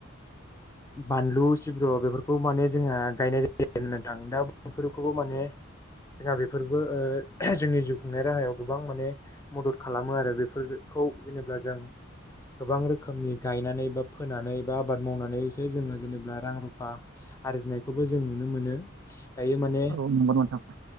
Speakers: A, on the left (about 15°); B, on the right (about 85°).
A: बानलु सिब्रु बेफोरखौ माने जोंहा गायनाय जायो। <unintelligible> नोंथां दा बेफोरखौबो माने जोंहा बेफोरबो जोंनि जिउ खुंनाय राहायाव गोबां माने मदद खालामो आरो बेफोरखौ जेनेबा जों गोबां रोखोमनि गायनानै बा फोनानै बा आबाद मावनानैसो जोङो जेनेबा रां रुफा आरजिनायखौबो जों नुनो मोनो। थायो माने
B: औ नंगौ नोंथां